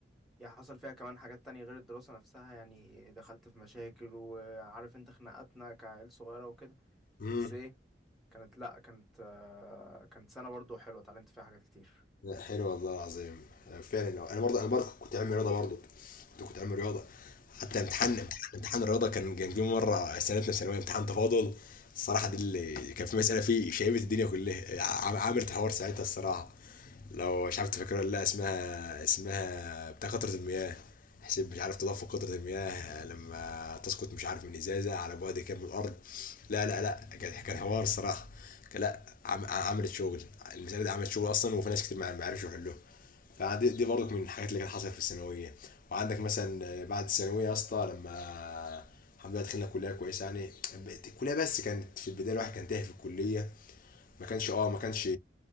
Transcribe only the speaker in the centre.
هي حصل فيها كمان حاجات تانية غير الدراسة نفسها يعني دخلت في مشاكل وعارف انت خناقاتنا كعيل صغيرة وكده
بس ايه كانت لا كانت آه كانت سنة برضو حلوة اتعلمت فيها حاجات كتير